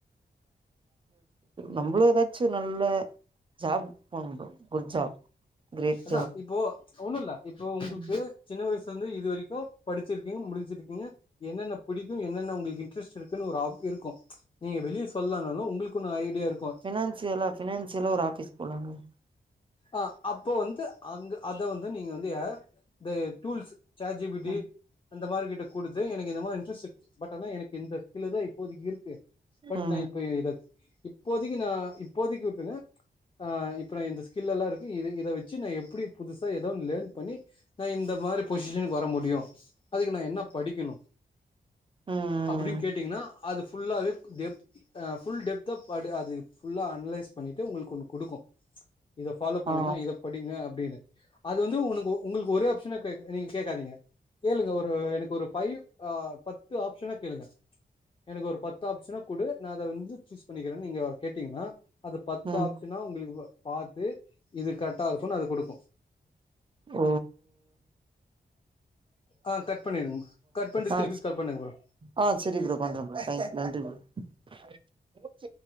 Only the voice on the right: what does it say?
நம்மளு எதாச்சு நல்ல ஜாப் போணாங்கோ குட் ஜாப் கிரேட்
ஜாப்
ம்
ஃபைனான்சியலா ஃபனான்சியலா ஒரு ஆஃபீஸ் போலானு
ம்
ம்
ம்
ஆ
ம்
ஆ
ஆ
ஆ சேரி ப்ரோ பண்றன் ப்ரோ தேங்க் நன்றி ப்ரோ